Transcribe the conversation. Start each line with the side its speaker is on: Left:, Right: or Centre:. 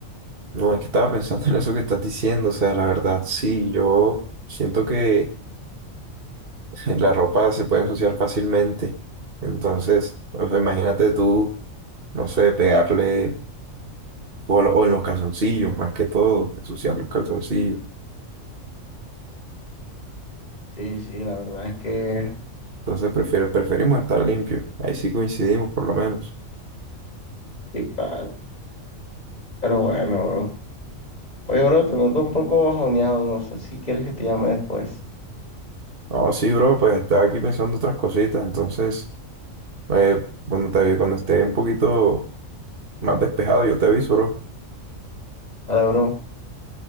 Right: no, es que estaba pensando <laughs> en eso que estás diciendo, o sea, la verdad, sí, yo siento que <laughs> la ropa se puede ensuciar fácilmente. Entonces, o sea, imagínate tú, no sé, pegarle, o lo- o en los calzoncillos, más que todo, ensuciar los calzoncillos.
Left: Sí, sí, la verdad es que
Right: Entonces prefiero, preferimos estar limpio. Ahí sí coincidimos, por lo menos.
Left: sí, claro. Pero bueno, bro. Oye, bro, te noto un poco bajoneado. No sé si quieres que te llame después.
Right: No, sí, bro, pues estaba aquí pensando otras cositas. Entonces, eh, cuando te, cuando esté un poquito más despejado, yo te aviso, bro.
Left: Vale, bro.